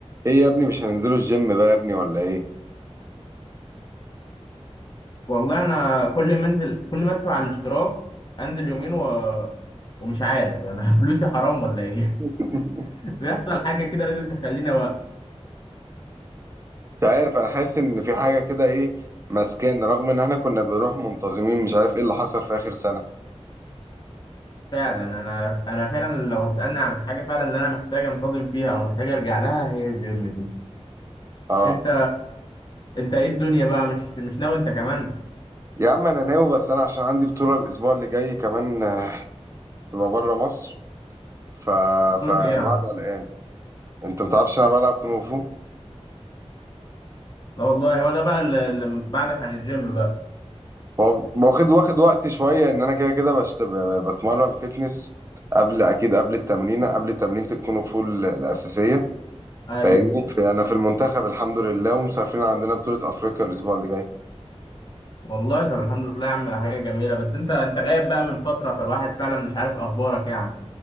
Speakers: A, on the right (about 25°); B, on the left (about 40°).
A: ايه يا ابني مش هننزلوا الجيم بقى يا ابني ولا ايه
B: والله انا كل ما انزل كل ما ادفع على الاشتراك انزل يومين و... ومش عارف انا <laughs> فلوسي حرام ولا ايه
A: <laughs>
B: <laughs> بيحصل حاجه كده لازم تخليني وقت
A: مش عارف انا حاسس ان في حاجه كده ايه ماسكانا رغم ان احنا كنا بنروح منتظمين مش عارف ايه اللي حصل في اخر سنه
B: فعلا انا انا فعلا لو هتسالني عن الحاجه فعلا اللي انا محتاج انتظم فيها او محتاج ارجع لها هي الجيم دي
A: اه
B: انت انت ايه الدنيا بقى مش مش ناوي انت كمان
A: يا عم انا ناوي بس انا عشان عندي بطوله الاسبوع اللي جاي كمان آه، تبقى بره مصر ف...
B: بطولة
A: فالوعد
B: ايه يا عم
A: قلقان انت متعرفش انا بلعب كونغ فو
B: لا والله هو ده بقى اللي اللي بعدك عن الجيم بقى
A: هو واخد واخد وقت شويه ان انا كده كده بشت... ب- بتمرن فتنس قبل اكيد قبل التمرين قبل تمرينه الكونغ فو ال- الاساسيه
B: ايوه
A: فاهمني فانا في المنتخب الحمد لله ومسافرين عندنا بطولة افريقيا الاسبوع اللي جاي
B: والله طب الحمد لله يا عم ده حاجه جميله بس انت انت غايب بقى من فتره فالواحد فعلا مش عارف اخبارك يعني